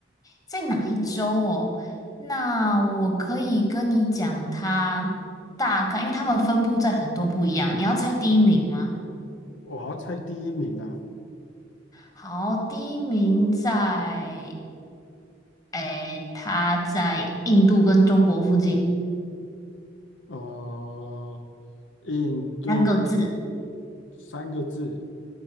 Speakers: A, on the left; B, on the left.
A: 在哪一州哦？那我可以跟你讲它大概，因为它们分布在很多不一样。你要猜第一名吗？
B: 我要猜第一名啊，
A: 好，第一名在，诶，它在印度跟中国附近，
B: 呃，印度
A: 三个字
B: 三个字，